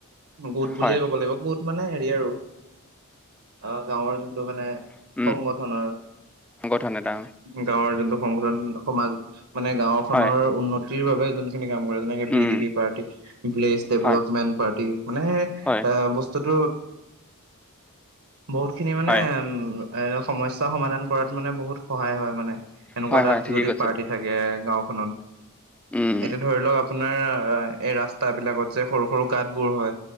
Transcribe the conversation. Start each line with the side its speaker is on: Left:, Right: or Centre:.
Right: গোট বুলিয়ে
Centre: হয়।
Right: ক'ব লাগিব গোট মানে হেৰি আৰু অ' গাঁৱৰ যোনটো মানে
Centre: উম,
Right: সংগঠনৰ,
Centre: সংগঠন এটা
Right: গাঁৱৰ যোনটো সংগঠন সমাজ মানে গাঁওখনৰ
Centre: হয়,
Right: উন্নতিৰ বাবে যোনখিনি কাম কৰে যেনেকে
Centre: উম,
Right: ভি ডি বি পাৰ্টি। ভিলজ ডেভলপমেন্ট
Centre: হয়,
Right: পাৰ্টি মানে
Centre: হয়,
Right: এ বস্তুতটো বহুত খিনি মানে
Centre: হয়,
Right: উ এ সমস্যা সমাধান কৰাত মানে বহুত সহায় হয় মানে এনেকুৱা
Centre: হয়,
Right: এ তাত
Centre: হয়, ঠিকেই
Right: যদি
Centre: কৈছে।
Right: পাৰ্টিত। থাকে গাঁওখনত
Centre: উম, উম,
Right: এতিয়া ধৰি লওঁক আপোনাৰ এই ৰাস্তা বিলাকত সৰু, সৰু গাতবোৰ হয়